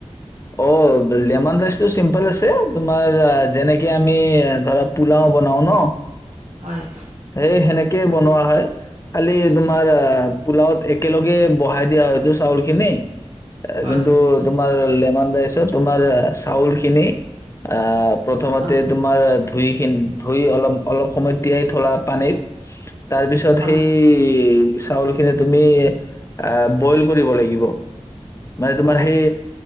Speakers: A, on the left; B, on the right.
A: অ লেমন ৰাইচটো চিম্পল আছে তোমাৰ যেনেকে আমি ধৰা পোলাও বনাও ন'।
B: হয়।
A: সেই সেনেকে বনোৱা হয় খালি তোমাৰ আ্ পোলাওত একেলগে বহাই দিয়া হয়টো চাউল খিনি এ
B: হয়
A: কিন্তু তোমা তোমাৰ লেমন ৰাইচত তোমাৰ চাউল খিনি আ প্ৰথমতে
B: হা
A: তোমাৰ ধুইখিন ধুই অলপ অলপ সময় তিয়াই থলা। পানীত তাৰপিছত
B: হা
A: সেই চাউলখিনি তুমি আহ্ বইল কৰিব লাগিব। মানে তোমাৰ
B: অ
A: সেই